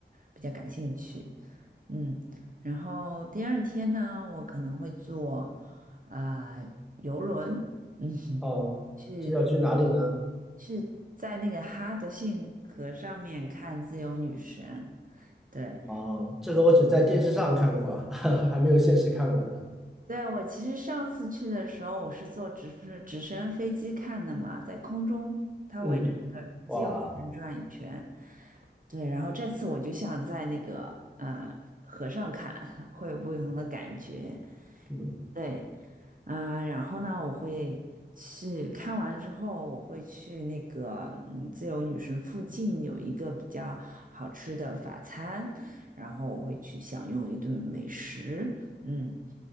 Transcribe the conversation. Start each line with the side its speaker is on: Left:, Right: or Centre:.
Right: 比较感兴趣。嗯，然后第二天呢，我可能会坐啊、呃、游轮，嗯哼，
Centre: 哦这要去哪里呢？
Right: 去是在那个哈德逊河上面看自由女神。对，
Centre: 哦，这个我只在电视上看过，<laughs> 还没有现实看过呢。
Right: 对，我其实上次去的时候，我是坐直升直升飞机看的嘛，在空中它围着那个自由女神转一圈。
Centre: 嗯，哇，
Right: 对，然后这次我就像在那个呃河上看，<laughs> 会有不同的感觉。
Centre: 嗯，
Right: 对啊、然后呢，我会去看完之后，我会去那个嗯自由女神附近有一个比较好吃的法餐，然后我会去享用一顿美食。嗯，